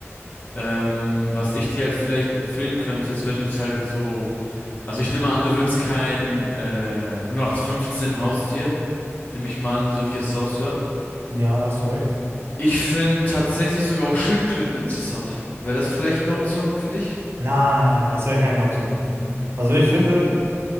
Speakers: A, on the left; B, on the right.
A: Ähm, was ich dir halt vielleicht empfehlen könnte, ist, wenn du es halt so, also ich nehme an, du willst kein äh, null acht fünfzehn Haustier, nehme ich mal an, so wie ich das raushöre.
B: Ja, da hast du recht.
A: Ich finde tatsächlich sogar auch Schildkröten interessant. Wäre das vielleicht eine Option für dich?
B: Nein, nein, das wäre keine Option für mich. Also ich finde,